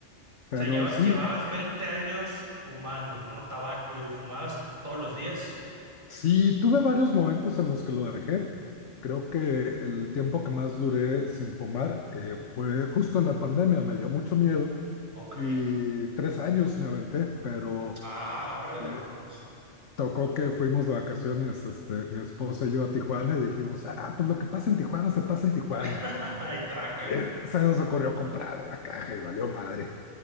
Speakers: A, on the left (about 75°); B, on the right (about 40°).
A: Pero
B: sea, lleva-
A: sí,
B: llevabas 20 años fumando, ¿no? Tabaco y fumabas todos los días.
A: Sí, tuve varios momentos en los que lo dejé. Creo que el tiempo que más duré sin fumar eh, fue justo en la pandemia, me dio mucho miedo
B: Ok.
A: y tres años me aventé, pero
B: Ah, órale,
A: eh,
B: no, pues.
A: tocó que fuimos de vacaciones, este, mi esposa y yo a Tijuana y dijimos, ah, pues lo que pasa en Tijuana se pasa en Tijuana.
B: <laughs> Y traca.
A: Eh, se nos ocurrió comprar una caja y valió madre.